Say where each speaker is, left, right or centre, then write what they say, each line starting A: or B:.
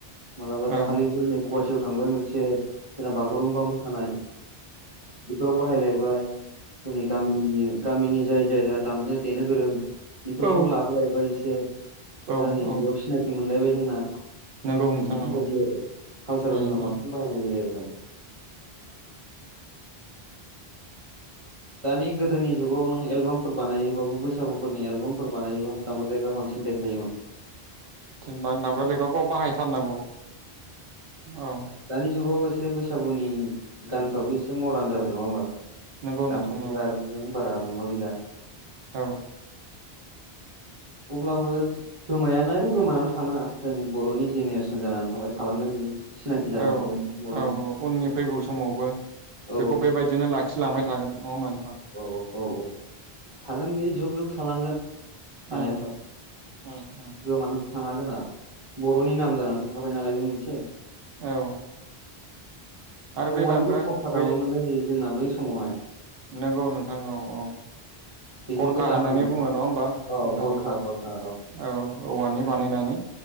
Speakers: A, on the right; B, on the right.
A: मालाबा
B: औ
A: दाखालिबो नै गुवाहाटियाव थांबाय मोनसे जोंना बागुरुम्बा मोसानाय बेफोराव बाहायलायबाय जोंनि गामिनि गामिनि जाय जायहा दामनो देनो गोरों बेफोरखौबो
B: औ
A: लाबो लायबाय ए से।
B: औ
A: दा नै
B: औ
A: बेयाव सिनाखि मोनलायबाय जोंना
B: नंगौ नोंथां
A: बेफोरबायदि
B: नंगौ
A: आरो कालसारेलाव
B: उम
A: जोंना बांसिन
B: उम औ
A: बाहायनाय जायो आरो दा। दानि गोदोनि जुगाव नों एलबामफोर बानायोबाबो बैसागुफोरनि एलबामफोर बानायोबाबो दांग्राय दायग्रा बांसिन देरखायोमोन।
B: जेनबा दामग्रा देग्राखौ बाहायथारनांगौ औ।
A: दानि जुगाव एसे बैसागुनि गानफ्राबो एसे मदार्न जाबाय नङा होमबा?
B: नंगौ
A: दामग्रा
B: नोंथां
A: देग्रा
B: औ
A: आगजुजों बारा माबा गैला
B: औ।
A: अब्लाबो गोमायाना गोमानानै थाङा जों बर'नि जेनेरेसन जानानै थाबाय थालांगोन बियो सिनाखि जानानै
B: औ
A: थाबाय नालाय बर'नि।
B: औ उननि फैगौ समावबो
A: औ
B: बेखौ बेबायदिनो ला खिलांबाय थागोन नङा होनबा थां?
A: औ औ औ थागोन बे जुक जुग थालांगोन।
B: उम
A: थानायाथ'
B: उम उम
A: <unintelligible> थाङा जोंना बर'नि नाम जानानै थखाबाय नालाय बे मोनसे
B: औ। आरो बे
A: औवानिबो
B: दामग्रा
A: थावसा
B: गै
A: दामामोनलै जोंनाबो बै समावहाय
B: नंगौ नोंथां औ औ
A: बेजोंबो
B: गरखा
A: दामो
B: होननानै बुङो नङा होमबा
A: औ
B: नोंथां
A: गरखा
B: बेखौ
A: गरखा
B: औ औवानि बानायनानै